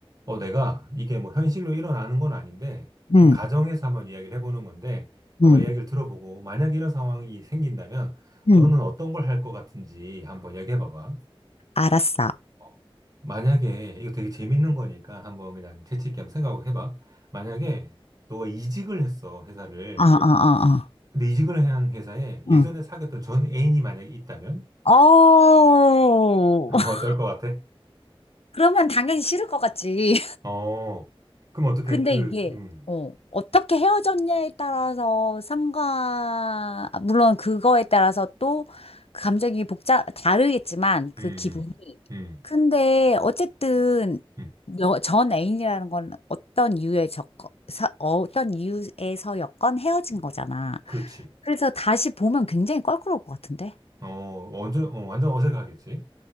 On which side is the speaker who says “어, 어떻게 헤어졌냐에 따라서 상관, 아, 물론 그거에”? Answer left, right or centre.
Left